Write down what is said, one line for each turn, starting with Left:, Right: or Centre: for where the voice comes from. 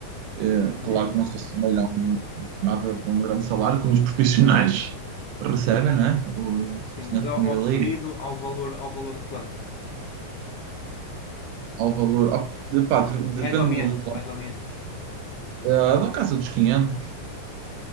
Right: eh,
Left: Uhum,
Right: claro que não se assemelha a um, nada de um grande salário, como os profissionais recebem, não é? Os
Left: sim,
Right: profissionais
Left: mas é
Right: de
Left: o-
Right: primeira
Left: oferido
Right: liga,
Left: ao valor, ao valor de quanto?
Right: ao valor. op- de- pá, de-
Left: Mais
Right: depende
Left: ou menos,
Right: muito.
Left: mais ou menos.
Right: Uh, da casa dos quinhentos